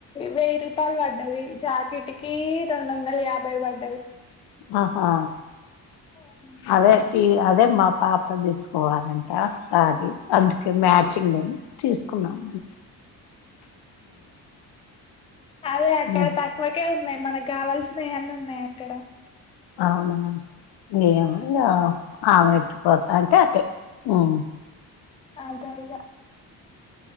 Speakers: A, on the left; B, on the left.
A: వెయ్యి రూపాయలు పడ్డది జాకిటికి రెండు వందల యాభై పడ్డది
B: ఆహా
A: ఉమ్
B: అదే అదే మా పాప తీసుకోవాలంట శారీ అందుకే మ్యాచింగ్ అని తీసుకో కున్నాం
A: కాల్ల అక్కడ
B: ఉమ్
A: తక్కువకే ఉన్నాయి మనకి కావల్సినవి అన్ని ఉన్నాయి అక్కడ
B: అవునా ఏం ఉందొ ఆమె ఎటుపోతా అంటే అటే మ్మ్
A: <unintelligible> ఆ టైం లో